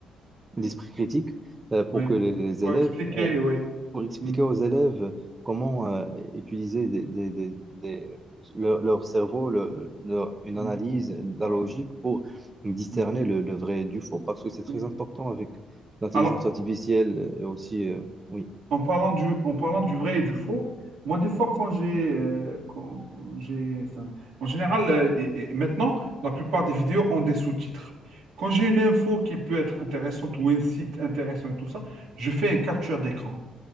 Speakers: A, on the right; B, on the right.
A: d'esprit critique euh, pour
B: ouais.
A: que les, les
B: Faut
A: élèves
B: expliquer,
A: euh,
B: ouais.
A: pour expliquer
B: mm.
A: aux élèves comment euh, utiliser des, des- des- des- leur, leur cerveau, le- le- leur- une
B: Ouais,
A: analyse, la
B: ouais,
A: logique
B: ouais.
A: pour discerner
B: Mhm.
A: le, le vrai du faux parce que c'est très
B: Oui.
A: important avec l'intelligence
B: Alors,
A: artificielle et aussi euh, oui.
B: en parlant du, en parlant du vrai et du faux, moi, des fois, quand j'ai, euh, quand j'ai, enfin, en général, euh, et- et maintenant, la plupart des vidéos ont des sous-titres. Quand j'ai une info qui peut être intéressante ou un site intéressant et tout ça, je fais un capture d'écran.